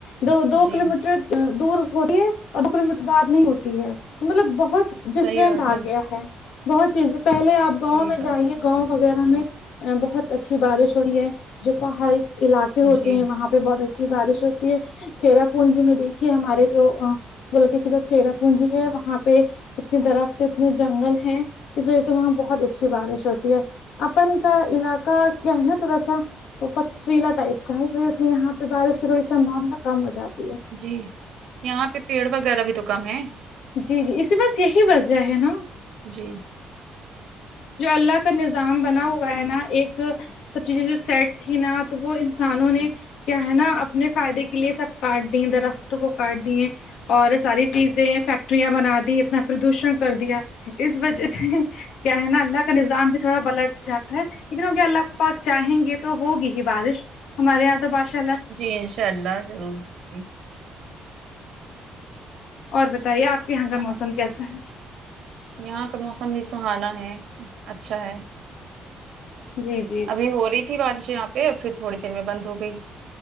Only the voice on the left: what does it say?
دو دو
کلو میٹر دور ہو رہی ہے اور دو کلو مٹر بعد نہیں ہوتی ہے مطلب بہت ڈفرینٹ
آ گیا ہے بہت چیزیں پہلے آپ گاؤں
میں
جائیے گاؤں وغیرہ میں بہت اچھی بارش ہو رہی ہے جو پہاڑی علاقے
ہوتے
ہیں وہاں پہ بہت اچھی بارش ہوتی ہے چرا پونجی میں دیکھیے ہمارے جو ا بولک کہ جو چرا پونجی ہے وہاں پہ اتنے درخت اتنے جنگل ہیں اس وجہ سے وہاں بہت اچھی بارش ہوتی ہے اپن کا علاقہ کیا ہے نا تھوڑا سا وہ پتھریلا ٹائپ کا ہے اس وجہ سے یہاں پہ بارش کا تھوڑی سا معاملہ کم ہو جاتی ہے
جی جی اسی بس یہی وجہ ہے نا
جو اللہ کا نظام بنا ہوا ہے نا ایک سب چیزیں جو سیٹ تھی نا تو وہ انسانوں نے کیا ہے نا اپنے فائدے کے لیے سب کاٹ دیں درختوں کو کاٹ دیے اور ساری چیزیں فیکٹریاں بنادی اتنا پردوشن کر دیا اس وجہ سے کیا ہے نا اللہ کا نظام بھی تھوڑا پلٹ جاتا ہے لیکن اگر اللہ پاک چاہیں گے تو ہوگی ہی بارش ہمارے یہاں تو باشا
اور بتائیے آپ کے یہاں کا
موسم کیسا ہے
جی جی جی